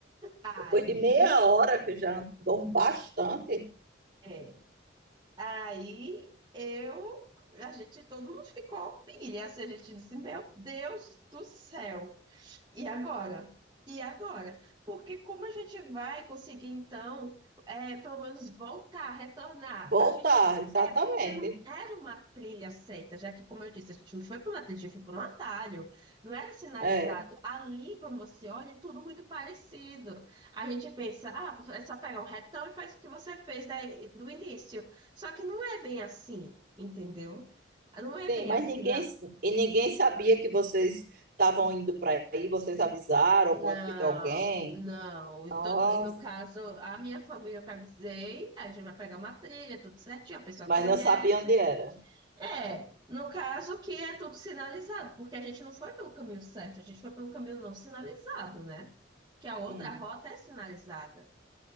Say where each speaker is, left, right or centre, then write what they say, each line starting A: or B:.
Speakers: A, on the right (about 25°); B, on the right (about 50°).
A: Aí,
B: depois de meia hora que já andou bastante,
A: é, aí eu, a gente, todo mundo ficou pilha, assim, a gente disse, meu Deus do céu. E agora? E agora? Porque como a gente vai conseguir, então, é, pelo menos voltar, retornar?
B: voltar,
A: A gente.
B: exatamente.
A: É porque não era uma trilha certa, já que, como eu disse, a gente não foi por uma trilha, a gente foi por um atalho, não era sinalizado.
B: É,
A: Ali, quando você olha, é tudo muito parecido. A gente pensa, ah, é só pegar um retão e faz o que você fez daí- do início. Só que não é bem assim, entendeu? Não é
B: sim,
A: bem
B: mas
A: assim
B: ninguém e ninguém sabia que vocês estavam indo para aí, vocês avisaram
A: Não,
B: alguma, alguém.
A: não. E,
B: Nossa,
A: todo, e no caso, a minha família eu que avisei, a gente vai pegar uma trilha, tudo certinho, a pessoa
B: mas
A: conhece.
B: não sabia onde era.
A: É, no caso que é tudo sinalizado, porque a gente não foi pelo caminho certo, a gente foi pelo caminho não sinalizado, né? Que a outra
B: Hum,
A: rota é sinalizada.